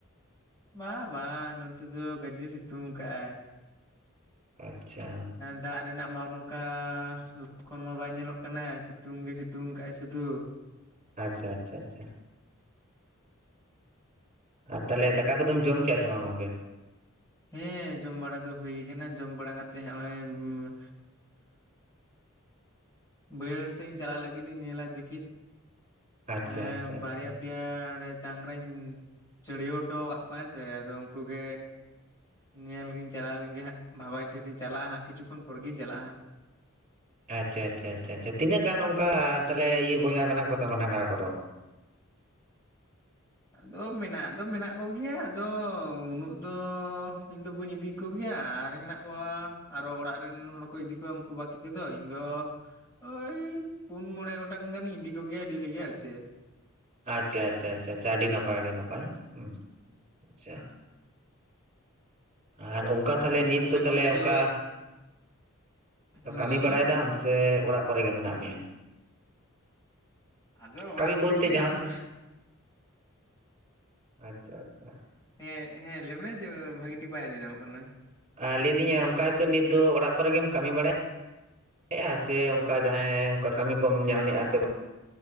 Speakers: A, on the left (about 20°); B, on the right (about 35°).
A: ᱵᱟᱸ ᱵᱟᱝ ᱱᱚᱛᱱᱮ ᱫᱚ ᱜᱟᱡᱮ ᱥᱤᱛᱩᱝ ᱠᱟᱜ-ᱟᱭ᱾
B: ᱟᱪᱪᱷᱟ,
A: ᱫᱟᱜ ᱨᱮᱱᱟᱜ ᱢᱟ ᱱᱚᱝᱠᱟ ᱞᱚᱠᱠᱷᱚᱱ ᱢᱟ ᱵᱟᱭ ᱧᱮᱞᱚᱜ ᱠᱟᱱᱟ ᱥᱤᱛᱩᱝ ᱜᱮ ᱥᱤᱛᱩᱝ ᱠᱫᱼᱟᱭ ᱥᱩᱫᱷᱩ ᱾
B: ᱟᱪᱪᱷᱟ ᱟᱪᱪᱷᱟ ᱟᱪᱪᱷᱟ, ᱟᱨ ᱛᱟᱦᱚᱞᱮ ᱫᱟᱠᱟ ᱠᱚᱫᱚᱢ ᱡᱚᱢ ᱠᱮᱜᱼᱟ ᱥᱮ ᱵᱟᱝ ᱜᱚᱢᱠᱮ?
A: ᱦᱮᱸ, ᱡᱚᱢ ᱵᱟᱲᱟ ᱫᱚ ᱦᱳᱭ ᱠᱟᱱᱟ ᱡᱚᱢ ᱵᱟᱲᱟ ᱠᱟᱛᱮᱜ ᱦᱚᱸᱜ-ᱚᱭ ᱮᱸᱻᱮᱸᱻ ᱵᱟᱹᱭᱦᱟᱹᱲ ᱥᱮᱫ ᱤᱧ ᱪᱟᱞᱟᱜ ᱞᱟᱹᱜᱤᱫ ᱤᱧ ᱧᱮᱞᱟ ᱫᱤᱠᱷᱤ᱾
B: ᱟᱪᱪᱷᱟ
A: ᱮᱸ
B: ᱟᱪᱪᱷᱟ ᱟᱪᱪᱷᱟ
A: ᱵᱟᱨᱭᱟ ᱯᱮᱭᱟ ᱟᱲᱮ, ᱰᱟᱝᱨᱟᱧ ᱪᱟᱹᱲᱭᱟ. ᱣ ᱦᱚᱴᱚ ᱟᱠᱟᱫ ᱠᱚᱣᱟ ᱦᱮᱸ ᱥᱮ ᱟᱫᱚ ᱩᱱᱠᱩ ᱜᱮ ᱥᱮ ᱧᱮᱞ ᱜᱤᱧ ᱪᱟᱞᱟᱣ ᱞᱮᱱ ᱜᱮ ᱦᱟᱸᱜ, ᱵᱷᱟᱵᱟᱭ ᱛᱮᱫᱤᱧ ᱪᱟᱞᱟᱜᱼᱟ ᱦᱟᱸᱜ ᱠᱤᱪᱷᱩ ᱠᱷᱚᱱ ᱯᱚᱨᱜᱤᱧ ᱪᱟᱞᱟᱜᱼᱟ ᱦᱟᱸᱜ᱾
B: ᱟᱪᱪᱷᱟ ᱟᱪᱪᱷᱟ ᱟᱪᱪᱷᱟ, ᱛᱤᱱᱟᱹᱜ ᱜᱟᱱ ᱱᱝᱠᱟ ᱛᱟᱦᱚᱞᱮ ᱤᱭᱟᱹ ᱵᱚᱭᱦᱟ ᱢᱮᱱᱟᱜ ᱠᱚᱛᱟᱢᱟ ᱰᱟᱝᱨᱟ ᱠᱚ ᱫᱚ?
A: ᱟᱫᱚ ᱢᱮᱱᱟᱜ ᱫᱚ ᱢᱮᱱᱟᱜ ᱠᱚ ᱜᱮᱭᱟ ᱟᱫᱚ ᱩᱱᱟᱹᱜ ᱫᱚ ᱤᱧᱫᱚ ᱵᱟᱹᱧ ᱤᱫᱤ ᱠᱚ ᱜᱮᱭᱟ ᱟᱨ ᱦᱮᱱᱟᱜ ᱠᱚᱣᱟ ᱟᱨᱚ ᱚᱲᱟᱜ ᱨᱮᱱ ᱦᱚᱲ ᱠᱚ ᱤᱫᱤ ᱠᱚᱣᱟ ᱩᱱᱠᱩ ᱵᱟᱹᱠᱤ ᱠᱚ ᱫᱚ ᱤᱧ ᱫᱚ ᱳᱭ ᱯᱩᱱ ᱢᱚᱬᱮ ᱜᱷᱚᱱᱴᱟᱝ ᱜᱟᱱᱤᱧ ᱤᱫᱤ ᱠᱚ ᱜᱮᱭᱟ ᱰᱮᱞᱤ ᱜᱮ ᱟᱨ ᱪᱮ
B: ᱟᱪᱪᱷᱟ ᱟᱪᱪᱷᱟ ᱟᱪᱷᱟ, ᱟᱹᱰᱤ ᱱᱟᱯᱟᱭ ᱟᱹᱰᱤ ᱱᱟᱯᱟᱭ ᱟᱪᱪᱷᱟ ᱩᱸᱪᱷᱟ, ᱟᱨ ᱩᱢ ᱚᱝᱠᱟ ᱛᱟᱞᱦᱮ
A: ᱟᱫᱚ
B: ᱱᱤᱛ ᱫᱚ ᱛᱟᱦᱚᱞᱮ
A: ᱜᱚᱝᱠᱮ
B: ᱚᱝᱠᱟ
A: ᱦᱮᱸ
B: ᱠᱟᱹᱢᱤ
A: ᱞᱟᱹᱭ
B: ᱵᱟᱲᱟᱭ
A: ᱵᱤᱱ
B: ᱫᱟᱢ ᱥᱮ ᱚᱲᱟᱜ? ᱠᱚᱨᱮ ᱜᱮ ᱢᱮᱱᱟᱜ ᱢᱮᱭᱟ?
A: ᱟᱫᱚ ᱚᱲᱟᱜ
B: ᱠᱟᱹᱢᱤ
A: ᱠᱚ
B: ᱵᱚᱞᱛᱮ
A: ᱨᱮ ᱜᱮ
B: ᱡᱟᱦᱟᱸ
A: ᱟᱫᱚ
B: ᱥᱮᱫ
A: ᱾
B: ᱟᱪᱪᱷᱟ ᱟᱪᱪᱷᱟ,
A: ᱦᱮᱸ ᱦᱮᱸ ᱞᱟᱹᱭ ᱢᱮ ᱪᱮᱫ ᱵᱷᱟᱹᱜᱮ ᱴᱷᱤ ᱵᱟᱭ ᱟᱸᱡᱚᱡᱚᱢᱚᱜ ᱠᱟᱱᱟ ᱾
B: ᱟᱨ ᱞᱟᱹᱭᱮᱫᱤᱧᱟ ᱚᱝᱠᱟ ᱫᱚ ᱱᱤᱛ ᱫᱚ ᱚᱲᱟᱜ ᱠᱚᱨᱮᱢ ᱠᱟᱹᱢᱤ ᱵᱟᱲᱟᱭ ᱼᱟ ᱥᱮ ᱚᱝᱠᱟ ᱡᱟᱦᱟᱸᱭ ᱚᱝᱠᱟ ᱠᱟᱹᱢᱤ ᱠᱚᱢ ᱧᱟᱢᱮᱫᱼᱟ ᱥᱮ ᱵᱟᱝ?